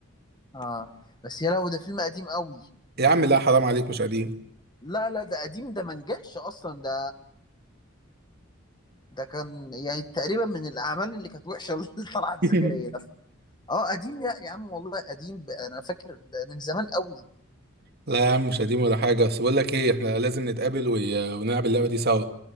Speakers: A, on the left; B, on the right.
A: اه بس يا لو ده فيلم قديم قوي
B: يا عم لا حرام عليك مش قديم
A: لا لا ده قديم ده ما نجحش أصلا ده ده كان يعني تقريبا من الأعمال اللي كانت وحشة اللي <laughs> طلعت
B: <laughs>
A: زكريا ده اه قديم يا يا عم والله قديم ب- أنا فاكر ده من زمان قوي
B: لا يا عم مش قديم ولا حاجه بس بقول لك ايه احنا لازم نتقابل و- ونلعب اللعبه دي سوا